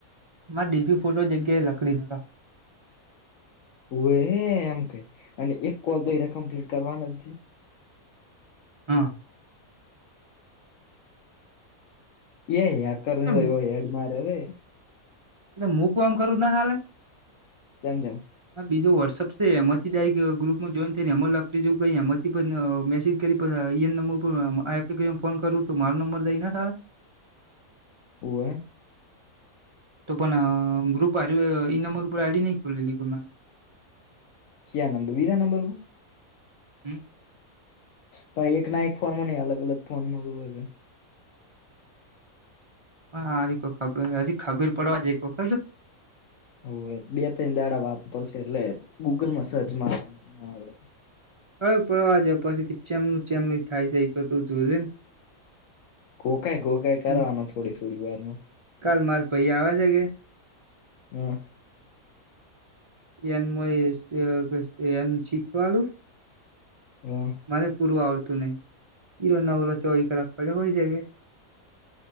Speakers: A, on the right (about 40°); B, on the left (about 65°).
A: મારો ડીપી ફોટો જગ્યાએ લકડી કરા.
B: હ હે એમ કર અને એક કોલ તો એ કમ્પ્લીટ કરવાના જ છે.
A: હા.
B: એ એકર ને
A: એટલે
B: તો એવો હેડ માર્યો હે.
A: અલ્યા હું કોમ કરું તો ના હાલે.
B: જામ જામ.
A: હ બીજુ વોટ્સઅપ છે એમાંથી ડાયરેક ગ્રુપમાં જોઈન થઈ ને એમાં લકડી જેવું કરી એમાંથી પણ મેસેજ કરી. ઈ નંબર ઉપર એપ્લિકન ફોન કરવું તો મારો નંબર જઈ ને સાર.
B: હોવે.
A: તો પણ ગ્રુપ હાર ઈ નંબર ઉપર આઈડી ન ખોલલી ગ મારે.
B: ક્યા નંબર બીજા નંબર ઉપર.
A: હમ.
B: પણ એક ના એક ફોન માં ન અલગ અલગ ફોનમાં.
A: હા હારી કોઈ ખબર હજી ખબીર પડવા જ વખર.
B: હો બે ત્રણ દાડા વાપરશે એટલે ગૂગલમાં સર્ચ મારવાનું ના આવડત.
A: હવે પડવા જ પછી ચેમનુ ચેમલું થાય છે એ તો તું જોજે ને.
B: ગો કઈ ગો કઈ કરવાનું
A: હમ.
B: થોડી થોડી વારમાં.
A: કાલ માર ભાઈ આવે છે ક્યાંય.
B: હા.
A: ધ્યાન માં એમ કે કઈ શીખવાડું.?
B: હા.
A: મને પૂર્વ આવરતું નહી હીરો નવલો ચોવી કલાક પડ્યો હોય છે.